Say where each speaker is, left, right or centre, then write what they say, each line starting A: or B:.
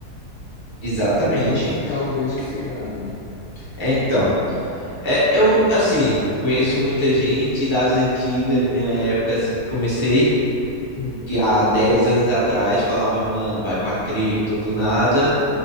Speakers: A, on the left; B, on the left.
A: Exatamente.
B: Então fica algo bem mais
A: Tipo,
B: sossegado ali.
A: É, então. É, eu, assim, conheço muita gente das antigas, na minha época, assim, que comecei,
B: Hum.
A: que há 10 anos atrás falava, mano, vai pra cripto, do nada.